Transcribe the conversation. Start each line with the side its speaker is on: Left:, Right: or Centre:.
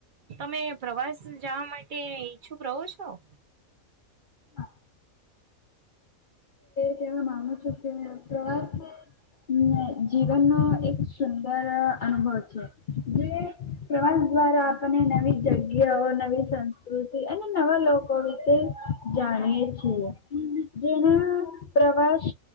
Right: તમે પ્રવાસ જવા માટે ઈચ્છુક રહો છો? <inaudible>
Left: હા કે માનું છું, કે પ્રવાસને હ, જીવનનોો એક સુંદર અનુભવ છે, જે પ્રવાસ દ્વારા આપને નવી જગ્યાઓ, નવી સંસ્કૃતિ અને નવા લોકો વિશે જાણી છી, જેણા પ્રવાસ